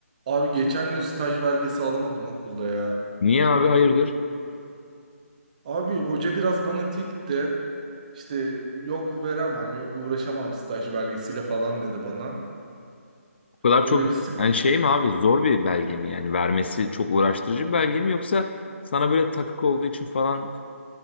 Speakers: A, on the right (about 30°); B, on the left (about 45°).
A: Abi geçen gün staj belgesi alamadım okulda ya.
B: Niye abi hayırdır?
A: Abi hoca biraz bana tilt de işte yok veremem, yok uğraşamam staj belgesiyle falan dedi bana.
B: O kadar
A: Öyle
B: çok
A: bir sık.
B: yani şey mi abi zor bir belge mi yani vermesi çok uğraştırıcı bir belge mi yoksa sana böyle takık olduğu için falan